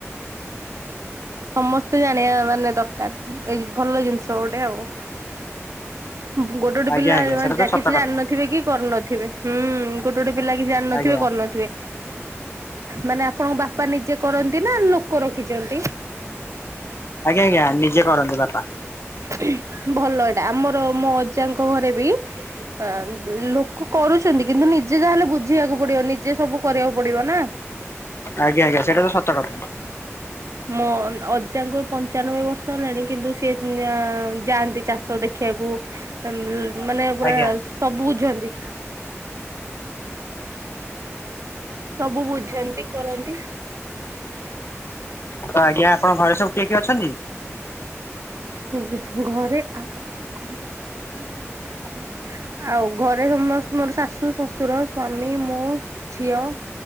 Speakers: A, on the right; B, on the left.
A: ସମସ୍ତେ ଜାଣିବା ମାନେ ଦରକାର ଏଇ ଭଲ ଜିନିଷ ଗୋଟେ ଆଉ। ଗୋଟେ ଗୋଟେ
B: ଆଜ୍ଞା
A: ପିଲା
B: ଆଜ୍ଞା
A: ଯମା
B: ସେଇଟା ତ ସତ
A: କିଛି
B: କଥା
A: ଜାନଥିବେ କି କରି ନଥିବେ। ଗୋଟେ ଗୋଟେ ପିଲା କିଛି ଜାଣି ନଥିବେ
B: ଆଜ୍ଞା।
A: କରିନଥିବେ ମାନେ ଆପଣଙ୍କ ବା ପା ନିଜେ କରନ୍ତି ନା ଲୋକ ରଖିଛନ୍ତି।
B: ଆଜ୍ଞା ଆଜ୍ଞା ନିଜେ କରନ୍ତି ବାପା।
A: ତି ଭଲ ଏଇଟା ଆମର ମୋ ଅଜାଙ୍କ ଘରେ ବି ହଁ ଲୋକ କରୁଛନ୍ତି କିନ୍ତୁ ନିଜେ ଯାହେଲେ ବୁଝିବାକୁ ପଡିବ ନିଜେ ସବୁ କରିବାକୁ ପଡିବ ନା।
B: ଆଜ୍ଞା ଆଜ୍ଞା ସେଇଟା ତ ସତ କଥା।
A: ମୋ ଅଜାଙ୍କୁ ପଞ୍ଚାନବେ ବର୍ଷ ହେଲାଣି କିନ୍ତୁ ସିଏ ଅ ଯାଆନ୍ତି ଚାଷ ଦେଖିବାକୁ। ଉଁ ମାନେ ପୁରା
B: ଆଜ୍ଞା
A: ସବୁ ବୁଝନ୍ତି। ସବୁ ବୁଝନ୍ତି କରନ୍ତି।
B: ତ ଆଜ୍ଞା ଆପଣଙ୍କ ଘରେ ସବୁ କିଏ କିଏ ଅଛନ୍ତି?
A: <unintelligible> ଘରେ ଆଉ କଣ କରିବ <unintelligible> ଆଉ ଘରେ ସମସ୍ତେ ମୋର ଶାଶୁ ଶ୍ୱଶୁର ସ୍ଵାମୀ ମୁଁ ଝିଅ।